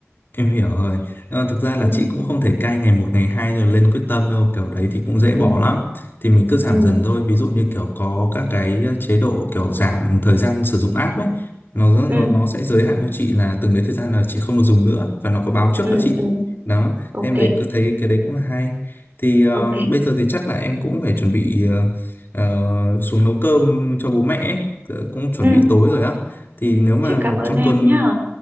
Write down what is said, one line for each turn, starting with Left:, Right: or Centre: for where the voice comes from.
Left: Em hiểu rồi. Nhưng mà thực ra là
Right: ừ
Left: chị cũng không thể cai ngày một ngày hai rồi lên quyết tâm đâu, kiểu đấy thì cũng dễ
Right: ừ
Left: bỏ lắm. Thì mình cứ giảm
Right: ừ
Left: dần thôi. Ví dụ như kiểu có các cái chế độ kiểu giảm thời gian sử dụng app ấy, nó nó
Right: ừ
Left: nó sẽ giới hạn cho chị là từng đấy thời gian là chị không được dùng nữa và nó có báo trước
Right: ừ
Left: cho chị.
Right: ừ.
Left: Đó,
Right: ok
Left: Thế em đấy cứ thấy cái đấy cũng là hay. Thì ờ,
Right: ok
Left: bây giờ thì chắc là em cũng phải chuẩn bị ờ, ờ, xuống nấu cơm cho bố mẹ ấy. ờ, Cũng chuẩn
Right: ừ
Left: bị tối rồi á. Thì nếu mà
Right: chị cảm ơn
Left: trong
Right: em
Left: tuần
Right: nhá